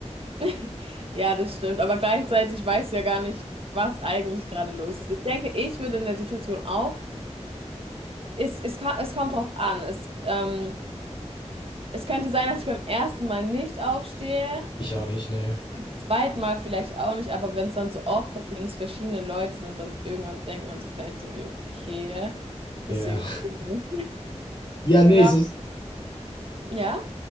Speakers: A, on the right; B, on the left.
A: <laughs> Ja, das stimmt. Aber gleichzeitig weiß ja gar nicht, was eigentlich gerade los ist. Ich denke, ich würde in der Situation auch. Es, es, ka- es kommt drauf an. Es, ähm, es könnte sein, dass ich beim ersten Mal nicht aufstehe.
B: Ich auch nicht, ne.
A: Zweitmal vielleicht auch nicht, aber wenn es dann so oft passiert und es verschiedene Leute sind, dann irgendwann denkt man sich vielleicht so wie, okay,
B: Ja.
A: bisschen cool.
B: Ja, ne,
A: Genau.
B: so,
A: Ja?